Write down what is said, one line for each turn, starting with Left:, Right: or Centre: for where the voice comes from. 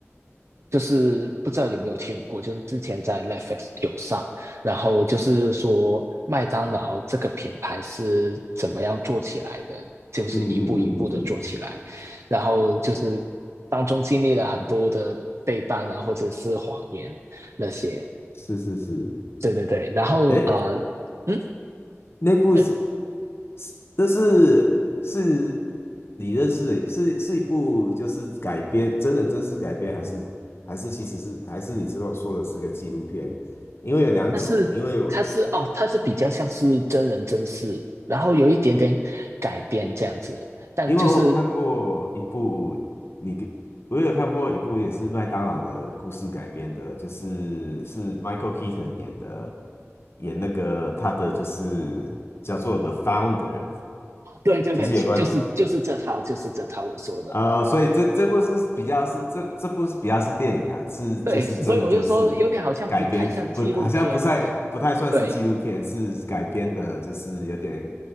Right: 就是不知道有没有听过，就是之前在 Netflix 有上，然后就是说麦当劳这个品牌是怎么样做起来的，就是一步一步的做起来，
Left: 嗯嗯嗯嗯嗯，
Right: 然后就是当中经历了很多的背叛啊，或者是谎言那些，
Left: 是是是，
Right: 对对对，然后呃，
Left: 哎，
Right: 嗯，
Left: 那部是
Right: 呃，
Left: 是，这是是你认识的，是是一部就是改编真人真事改编，还是还是其实是还是你之后说的是个纪录片？因为有两种，
Right: 它是它是哦，
Left: 因为我
Right: 它是比较像是真人真事，然后有一点点改编这样子，但就是
Left: 因为我有看过一部，你给我有看过一部也是麦当劳的故事改编的，就是是 Michael Keaton 演的，演那个他的就是叫做《The Founder》，
Right: 哦对对对，
Left: 就是有关
Right: 就是就是这套就是这套我说的，
Left: 呃，所以这这部是比较是这这部是比较是电影啊，是就是真人真事改编子，
Right: 对，所以我就说有点好像不太像纪录片，
Left: 不好像不太不太算是纪录片，
Right: 对
Left: 是改编的，就是有点